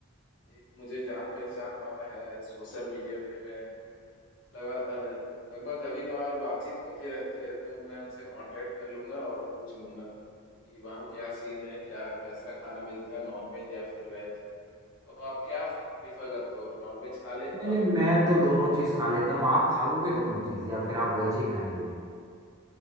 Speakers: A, on the left; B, on the right.
A: एक मुझे जान पहचान वाला है सोशल मीडिया पे मैं लगभग अ, लगभग कभी कभार बातचीत होती रहती है तो मैं उनसे कांटेक्ट कर लूंगा और पूछ लूंगा कि वहाँ क्या सीन है क्या कैसा खाना मिलता है नॉन वेज या फिर वेज तो आप क्या प्रिफर करते हो नॉन वेज खा लेते
B: नहीं
A: हो आप
B: नहीं मैं तो दोनों चीज़ खा लेता हूँ आप खा लोगे दोनों चीज़ या फिर आप वेज ही खाएंगे